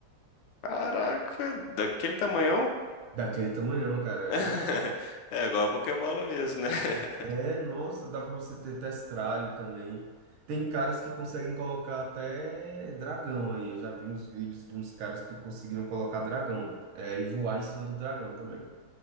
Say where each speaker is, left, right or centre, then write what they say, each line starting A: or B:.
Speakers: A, on the left; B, on the right.
A: Caraca, daquele tamanhão?
B: Daquele tamanhão, cara,
A: <laughs>
B: é legal.
A: É igual a Pokébola mesmo, né? <laughs>
B: É, nossa, dá pra você ter testralho também. Tem caras que conseguem colocar até dragão aí. Eu já vi uns vídeos de uns caras que conseguiram colocar dragão, é, e voar em cima do dragão também.